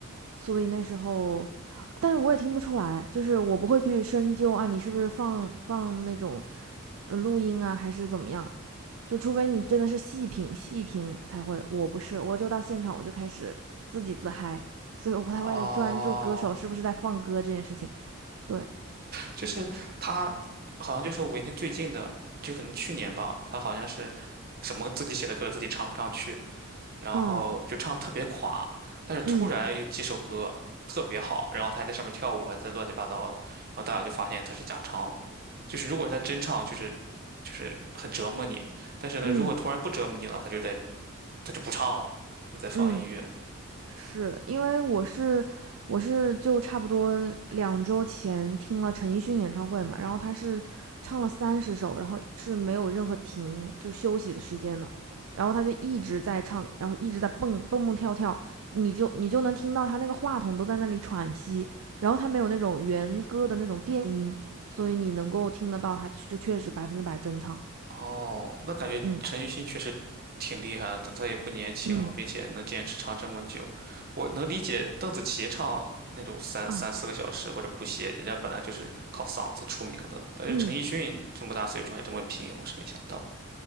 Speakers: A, on the right; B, on the right.
A: 所以那时候，但是我也听不出来，就是我不会去深究啊，你是不是放放那种呃录音啊，还是怎么样？就除非你真的是细品细听才会，我不是，我就到现场我就开始自己自嗨，所以我不太会专注歌手是不是在放歌这件事情。
B: 哦，
A: 对，
B: 就是他，好像就说五月天最近的，就可能去年吧，他好像是什么自己写的歌自己唱不上去，然后就唱得特别垮，
A: 嗯
B: 但是突然有几首歌特别好，
A: 嗯
B: 然后他还在上面跳舞，还在乱七八糟的，然后大家就发现他是假唱了。就是如果他真唱，就是就是很折磨你，但是呢，
A: 嗯
B: 如果突然不折磨你了，他就在他就不唱了，他就在放音乐。
A: 嗯，是因为我是我是就差不多两周前听了陈奕迅演唱会嘛，然后他是唱了三十首，然后是没有任何停就休息的时间的，然后他就一直在唱，然后一直在蹦蹦蹦跳跳，你就你就能听到他那个话筒都在那里喘息，然后他没有那种原歌的那种电音，所以你能够听得到他就确实百分之百真唱，
B: 哦，那感觉陈奕迅确实挺厉害的，
A: 嗯
B: 他他也不年轻了，
A: 嗯
B: 并且能坚持唱这么久。我能理解邓紫棋唱那种三三四个小时或者不歇，
A: 哦
B: 人家本来就是靠嗓子出名的，但是陈奕迅这么大岁数还这么拼，
A: 嗯。
B: 我是没想到。